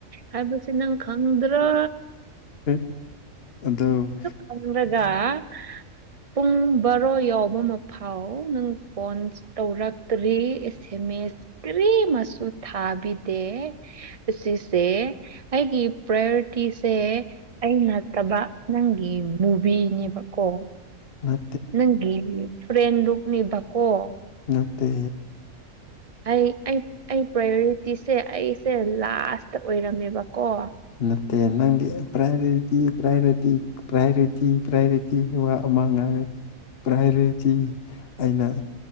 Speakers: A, on the right; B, on the left.
A: ꯍꯥꯏꯕꯁꯦ ꯅꯪ ꯈꯪꯗ꯭ꯔꯣ
B: ꯐ ꯑꯗꯣ
A: ꯈꯪꯒ ꯄꯨꯡ ꯕꯥꯔꯣ ꯌꯥꯎꯕ ꯃꯐꯥꯎ ꯅꯪ ꯐꯣꯟ ꯇꯧꯔꯛꯇ꯭ꯔꯤ ꯑꯦꯁ ꯑꯦꯝ ꯑꯦꯁ ꯀꯔꯤ ꯃꯆꯨ ꯊꯥꯕꯤꯗꯦ ꯑꯁꯤꯁꯦ ꯑꯩꯒꯤ ꯄ꯭ꯔꯥꯏꯌꯣꯔꯤꯇꯤꯁꯦ ꯑꯩ ꯅꯠꯇꯕ ꯅꯪ ꯃꯨꯕꯤꯅꯦꯕꯀꯣ
B: ꯑ
A: ꯅꯪꯒꯤ ꯐꯨꯔꯦꯟꯗꯨꯅꯦꯕꯀꯣ
B: ꯅꯠꯇꯦ
A: ꯑꯩ ꯑꯩ ꯑꯩ ꯄ꯭ꯔꯥꯏꯌꯣꯔꯤꯇꯤꯁꯦ ꯑꯩꯁꯦ ꯂꯥꯁꯇ ꯑꯣꯏꯔꯝꯃꯦꯕꯀꯣ
B: ꯃꯦ ꯅꯪꯗꯤ ꯄꯥꯏꯣꯔꯤꯇꯤ ꯄꯥꯏꯣꯔꯤꯇꯤ ꯄ꯭ꯔꯌꯣꯔꯤꯇꯤ ꯄ꯭ꯔꯌꯣꯔꯤꯇꯤꯒꯤ ꯑꯃꯥꯡꯉꯗꯤ ꯄ꯭ꯔꯌꯣꯔꯤꯇꯤ ꯑꯩꯅ